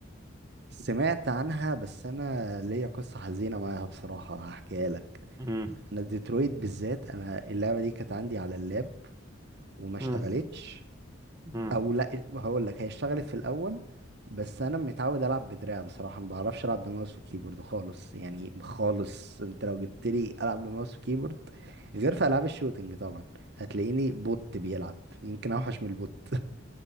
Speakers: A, on the right; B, on the right.
A: سمعت عنها بس انا ليا قصة حزينة معاها بصراحة هحكيها لك
B: مم.
A: انا ديترويت بالذات انا اللعبة دي كانت عندي على اللاب وما اشتغلتش
B: مم. مم.
A: او لا هقول لك هي اشتغلت في الاول بس انا متعود العب بدراع بصراحة ما بعرفش العب بماوس وكيبورد خالص يعني خالص انت لو جبت لي العب بماوس وكيبورد غير في العاب الشوتينج طبعا هتلاقيني بوت بيلعب يمكن اوحش من البوت